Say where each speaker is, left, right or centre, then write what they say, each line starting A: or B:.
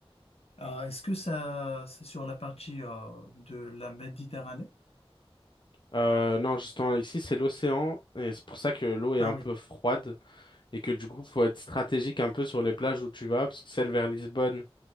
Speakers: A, on the left (about 80°); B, on the left (about 50°).
A: Ah, est-ce que ça, c'est sur la partie euh, de la Méditerranée?
B: Euh, non, justement, ici, c'est l'océan, et c'est pour ça que l'eau est
A: Ah
B: un
A: oui.
B: peu froide, et que du coup, faut être stratégique un peu sur les plages où tu vas, parce que celle vers Lisbonne,